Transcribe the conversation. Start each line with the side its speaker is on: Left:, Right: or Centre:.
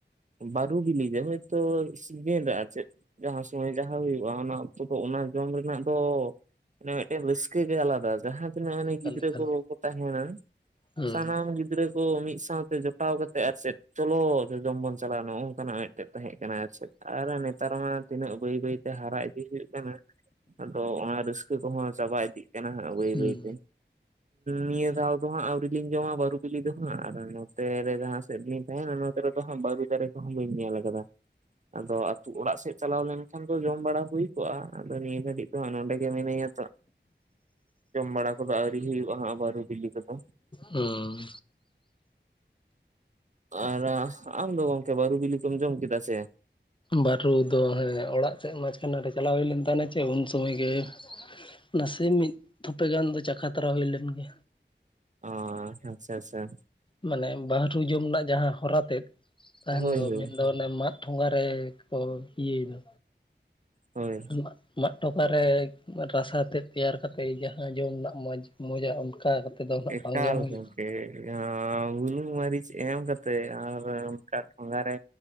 Right: ᱵᱟᱨᱩ ᱵᱤᱞᱤ ᱜᱮ ᱦᱳᱭ ᱛᱚ ᱥᱤᱡᱤᱱ ᱨᱮ ᱟᱨ ᱪᱮᱫ ᱡᱟᱦᱟᱸ ᱥᱚᱢᱚᱭ ᱡᱟᱦᱟᱸ ᱦᱩᱭᱩᱜᱼᱟ, ᱚᱱᱟ ᱚᱠᱛᱚ ᱫᱚ ᱚᱱᱟ ᱡᱚᱢ ᱨᱮᱱᱟᱜ ᱫᱚ ᱢᱟᱱᱮ ᱢᱮᱫᱴᱮᱱ ᱨᱟ. ᱥᱠᱟᱹ ᱜᱮ ᱟᱞᱟᱫᱟ᱾ ᱡᱟᱦᱟᱸ ᱛᱤᱱᱟᱹᱜ‌ ᱢᱟᱱᱮ
Left: ᱮᱠᱟᱞ
Right: ᱜᱤᱫᱽᱨᱟᱹ
Left: ᱮᱠᱟᱞ
Right: ᱠᱚ ᱠᱚ ᱛᱟᱦᱮᱸᱱᱟ,
Left: ᱦᱩᱸ
Right: ᱥᱟᱱᱟᱢ ᱜᱤᱫᱽᱨᱟᱹ ᱠᱚ ᱢᱤᱫ ᱥᱟᱶᱛᱮ ᱡᱚᱴᱟᱣ ᱠᱟᱛᱮᱜ ᱟᱨ ᱪᱮᱫ, ᱪᱚᱞᱚ ᱡᱚ ᱡᱚᱢ ᱵᱚᱱ ᱪᱟᱞᱟᱜᱼᱟ, ᱱᱚᱝᱠᱟᱱᱟᱜ ᱢᱮᱴᱮᱡ᱾ ᱛᱟᱦᱮᱸᱜ ᱠᱟᱱᱟ ᱟᱨ ᱪᱮᱫ, ᱟᱨ ᱱᱮᱛᱟᱨ ᱢᱟ ᱛᱤᱱᱟᱹᱜ ᱵᱟᱹᱭ ᱵᱟᱹᱭᱛᱮ ᱦᱟᱨᱟ ᱤᱫᱤ ᱦᱩᱭᱩᱜ ᱠᱟᱱᱟ, ᱟᱫᱚ ᱚᱱᱟ ᱨᱟᱹᱥᱠᱟᱹ ᱠᱚᱦᱚᱸ ᱪᱟᱵᱟ ᱤᱫᱤᱜ ᱠᱟᱱᱟᱸ ᱦᱟᱸᱜ, ᱵᱟᱹᱭ
Left: ᱦᱩᱸ
Right: ᱵᱟᱹᱭᱛᱮ ᱱᱤᱭᱟᱹ ᱫᱷᱟᱣ ᱟᱫᱚ ᱦᱟᱸᱜ ᱟᱹᱣᱨᱤ ᱞᱤᱧ ᱡᱚᱢᱟ ᱵᱟᱹᱨᱩ ᱵᱤᱞᱤ ᱫᱚ ᱦᱟᱸᱜ, ᱟᱨ ᱱᱚᱛᱮ ᱨᱮ ᱡᱟᱦᱟᱸ ᱥᱮᱫ ᱨᱮᱞᱤᱧ ᱛᱟᱦᱮᱸᱱᱟ ᱱᱚᱛᱮ ᱨᱮᱫᱚ ᱦᱟᱸᱜ, ᱵᱟᱹᱨᱩ ᱫᱟᱨᱮ ᱠᱚᱦᱚᱸ ᱵᱟᱹᱧ ᱧᱮᱞ ᱠᱟᱫᱟ᱾ ᱟᱫᱚ ᱟᱛᱩ ᱚᱲᱟᱜ ᱥᱮᱫ ᱪᱟᱞᱟᱣ ᱞᱮᱱᱠᱷᱟᱱ ᱫᱚ, ᱡᱚᱢ ᱵᱟᱲᱟ ᱦᱩᱭ ᱠᱚᱜᱼᱟ, ᱟᱫᱚ ᱱᱤᱭᱟᱹ ᱜᱷᱟᱹᱲᱤ ᱱᱤᱛᱚᱜ ᱦᱟᱸᱜ ᱱᱚᱸᱰᱮ ᱜᱮ ᱢᱤᱱᱟᱹᱧᱟ ᱛᱚ᱾ ᱡᱚᱢ ᱵᱟᱲᱟ ᱠᱚᱫᱚ ᱟᱹᱣᱨᱤ ᱦᱩᱭᱩᱜᱼᱟ, ᱦᱟᱸᱜ ᱵᱟᱹᱨᱩ ᱵᱤᱞᱤ ᱠᱚᱫᱚ᱾
Left: ᱚᱸ,
Right: ᱟᱨ ᱟᱢ ᱫᱚ ᱜᱚᱝᱠᱮ, ᱵᱟᱹᱨᱩ ᱵᱤᱞᱤ ᱠᱚᱢ ᱡᱚᱢ ᱠᱮᱫᱟ ᱥᱮ?
Left: ᱵᱟᱹᱨᱩ ᱫᱚ ᱦᱮᱸ, ᱚᱲᱟᱜ ᱥᱮᱫ ᱢᱟᱪᱠᱷᱟᱱᱮ ᱨᱮ ᱪᱟᱞᱟᱣ ᱦᱩᱭᱞᱱ ᱛᱟᱦᱮᱸᱱᱟ ᱪᱮ, ᱩᱱ ᱥᱚᱢᱚᱭ ᱜᱮ ᱱᱟᱥᱮ ᱢᱤᱫ ᱛᱷᱚᱯᱮ ᱜᱟᱱ ᱫᱚ, ᱪᱟᱠᱷᱟ ᱛᱟᱨᱟ ᱦᱩᱭ ᱞᱮᱱ ᱜᱮ
Right: ᱚᱸ, ᱟᱪᱪᱷᱟ, ᱟᱪᱪᱷᱟ,
Left: ᱢᱟᱱᱮ ᱵᱟᱦᱟᱨᱩ ᱡᱚᱢ ᱨᱮᱱᱟᱜ ᱡᱟᱦᱟᱸ ᱦᱚᱨᱟ ᱛᱮᱫ, ᱛᱟᱦᱮᱱ
Right: ᱦᱳᱭ
Left: ᱫᱚ
Right: ᱦᱳᱭ
Left: ᱢᱮᱱ ᱫᱚ ᱚᱱᱟ ᱢᱟᱫ ᱴᱷᱚᱸᱜᱟ ᱨᱮ ᱠᱚ, ᱤᱭᱟᱹᱭ ᱫᱚ᱾
Right: ᱦᱳᱭ
Left: <unintelligible> <unintelligible> ᱢᱟᱫ ᱴᱚᱠᱷᱟᱨᱮ ᱨᱟᱥᱟ ᱛᱮᱫ ᱛᱮᱭᱟᱨ ᱠᱟᱛᱮ, ᱡᱟᱦᱟᱸ ᱡᱚᱢ ᱨᱮᱱᱟᱜ ᱢᱚᱡᱽ ᱢᱚᱡᱟ ᱚᱱᱠᱟ ᱫᱚ ᱦᱟᱸᱜ
Right: ᱮᱠᱟᱞ
Left: ᱵᱟᱝ ᱡᱚᱢ ᱦᱩᱭ
Right: ᱜᱚᱢᱠᱮ ᱡᱟᱦᱟᱸ ᱵᱩᱞᱩᱝ ᱢᱟᱨᱤᱪ ᱮᱢ ᱠᱟ ᱛᱮ ᱟᱨ ᱚᱱᱠᱟ ᱴᱷᱚᱝᱜᱟᱨᱮ